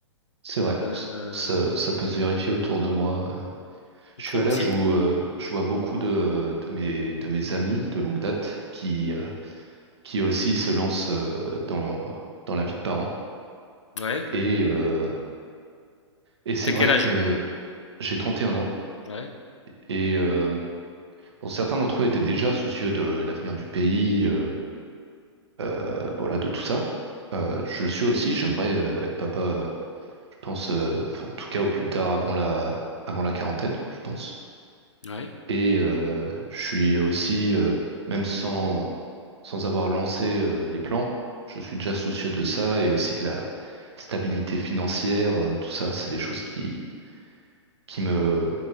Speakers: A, on the right; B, on the left.
A: c'est vrai.
B: Euh,
A: C- Ça, ça peut se vérifier autour de moi. euh.
B: tu
A: Je
B: trouves
A: suis à l'âge
B: aussi?
A: où euh, je vois beaucoup de, de mes, de mes amis de longue date qui... euh, qui aussi se lance euh, dans, dans la vie de parent.
B: Ouais.
A: Et, euh, et c'est
B: T'as
A: vrai
B: quel âge?
A: que j'ai 31 ans
B: Ouais.
A: et euh, bon, certains d'entre eux étaient déjà soucieux de l'avenir du pays, euh, euh, voilà, de tout ça. Euh, je le suis aussi, j'aimerais euh, être papa, euh, je pense, euh, en tout cas au plus tard avant la, avant la quarantaine, je pense.
B: Ouais.
A: Et euh, je suis aussi, euh, même sans, sans avoir lancé euh, les plans, je suis déjà soucieux de ça et aussi de la stabilité financière, euh, tout ça, c'est des choses qui, qui me,